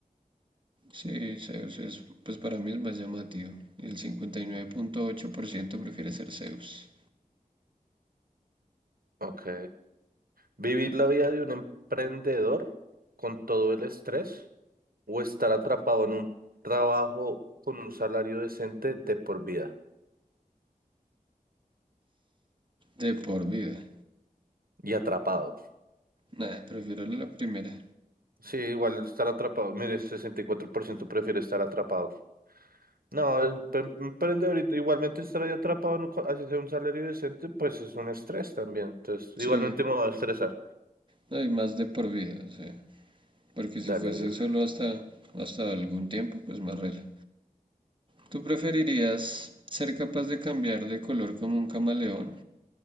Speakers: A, on the right (about 35°); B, on the right (about 85°).
A: Sí, Zeus es, pues para mí es más llamativo. El cincuenta y nueve punto ocho por ciento prefiere ser Zeus.
B: Ok. ¿Vivir la vida de un emprendedor con todo el estrés o estar atrapado en un trabajo con un salario decente de por vida
A: De por vida.
B: y atrapado?
A: Nada, prefiero la primera.
B: Sí, igual estar atrapado. Mire, 64% prefiere estar atrapado. No, el em- emprendedor igualmente estar ahí atrapado, no co- así sea un salario decente, pues es un estrés también. Entonces,
A: Sí,
B: igualmente me va a estresar.
A: no hay más de por vida. sí. Porque si
B: Dale,
A: fuese
B: bro.
A: solo hasta, hasta algún tiempo, pues más rela. ¿Tú preferirías ser capaz de cambiar de color como un camaleón